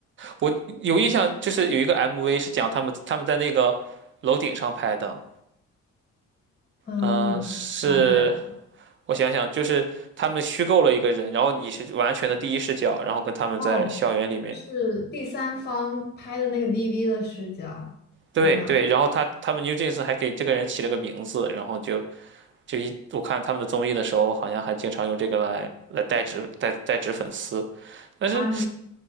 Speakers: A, on the right; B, on the left.
A: 我有印象，就是有一个 MV 是讲他们他们在那个楼顶上拍的。
B: 嗯，
A: 嗯、
B: 龙刚拍
A: 是我想想，就是他们虚构了一个人，然后你是完全的第一视角，然后跟他们在校园里面。
B: 哦，就是第三方拍的那个 DV 的视角，
A: 对对，
B: 对吧？
A: 然后他他们 New Jeans 还给这个人起了个名字，然后就就一我看他们的综艺的时候，好像还经常用这个来来代指代代指粉丝。但是
B: 把巴尼，